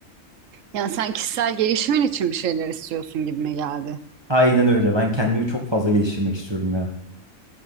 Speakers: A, on the right; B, on the right.
A: Yani sen kişisel gelişimin için bir şeyler istiyorsun gibime geldi.
B: Aynen öyle. Ben kendimi çok fazla geliştirmek istiyorum ya.